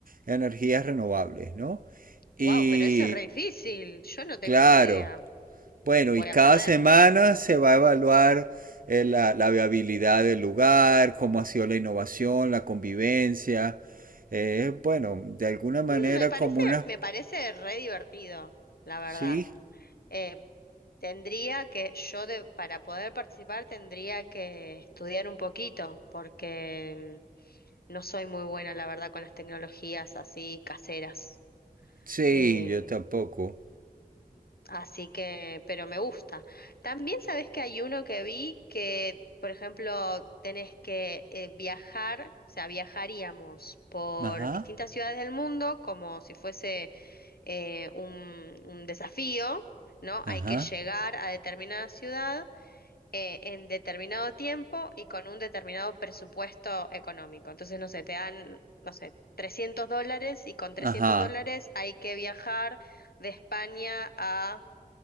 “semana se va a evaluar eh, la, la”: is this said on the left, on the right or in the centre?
Right